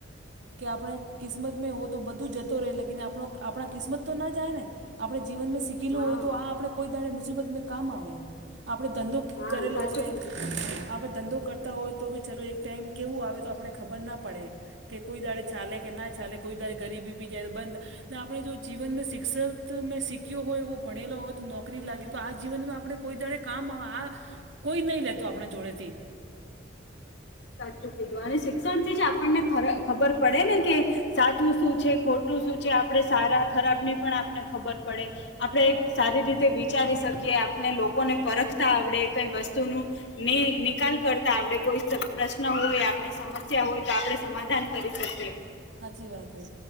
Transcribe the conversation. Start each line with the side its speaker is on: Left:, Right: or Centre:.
Right: કે આપણે કિસ્મત મે ઓ તો બધા જતો રહે આપણા કિસ્મત તો ના જાયને આપણે જીવનમાં શીખીલું
Left: હા
Right: હોય તો આપણે કોઈ દાડે મુસીબતમાં કામ આવે આપણે ધંધો
Left: હા
Right: કરેલો
Left: સાચું
Right: હોય
Left: કીધું
Right: આપણે ધંધો કરતા હોય તો બી ચાલો એક ટાઈમ કેવું આવે તો આપને ખબર ના પડે કે કોઈ દાડે ચાલે કે ના ચાલે કોઈ દાડે ગરીબી બી જાયરે બંધ આપણે જો જીવન શિક્ષણ મેં શીખ્યો હોય એવો ભણેલો હોય તો નોકરી લાગે તો આજ જીવનમાં આપણે કોઈ દાડે કામ આ કોઈ નહીં લેતો આપણા જોડેથી.
Left: સાચું કીધુ અને શિક્ષણ થી જ આપણને ખબર પડે ને કે સાચું શું છે ખોટું શું છે આપણે સારા ખરાબ એ પણ આપને ખબર પડે આપણે સારી રીતે વિચારી શકીએ આપને લોકોને પરખતા આવડે કઈ વસ્તુનું નિકાલ કરતા આવડે કોઈ પ્રશ્ન હોય આપણે સમસ્યા હોય તો આપણે સમાધાન કરી શકીએ.
Right: સાચી વાત હે